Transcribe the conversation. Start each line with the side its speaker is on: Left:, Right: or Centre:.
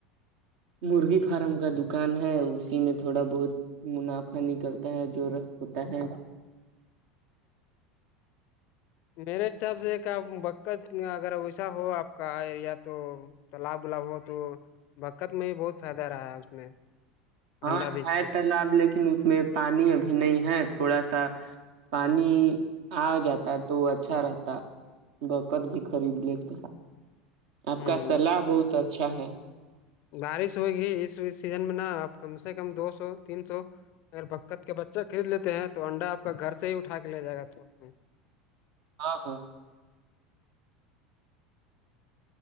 Right: مرغی فارم کا دکان ہے اسی میں تھوڑا بہت منافع نکلتا ہے جو ہوتا ہے
Left: میرے حساب سے بکت اگر ویسا ہو آپ کا ایریا تو تالاب ولاب ہو تو بکت میں بھی بہت فائدہ رہا ہے اس میں
Right: ہاں
Left: انڈا بیچ
Right: ہے
Left: کے
Right: تالاب لیکن اس میں پانی ابھی نہیں ہے تھوڑا سا پانی آ جاتا ہے تو اچھا رہتا بکر بھی خرید لیتے آپ
Left: ہ
Right: کا صلاح بہت اچھا ہے
Left: بارش ہوئے گی اس سیزن میں نا اپ کم سے کم دو سو تین سو اگر بکت کے بچہ خرید لیتے ہیں تو انڈا آپ کا گھر سے ہی اٹا کے لے جائے گا تھوک میں
Right: ہاں ہاں